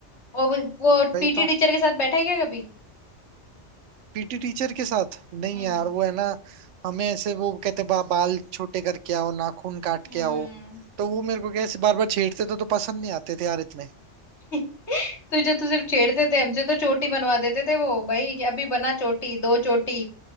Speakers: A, on the left; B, on the right.
A: और वो वो
B: वही
A: पीटी
B: तो
A: टीचर के साथ बैठा है क्या कभी
B: पीटी टीचर के साथ नहीं
A: हम्म
B: यार वो है ना हमें ऐसे वो कहते बा, बाल छोटे करके आओ नाखून काट
A: हम्म
B: के आओ तो वो मेरे को कैसे बार बार छेड़ते थे तो पसंद नहीं आते थे यार इतने
A: <laughs> तुझे तो सिर्फ छेड़ते थे हमसे तो चोटी बनवा देते थे वो भाई कि अभी बना चोटी दो चोटी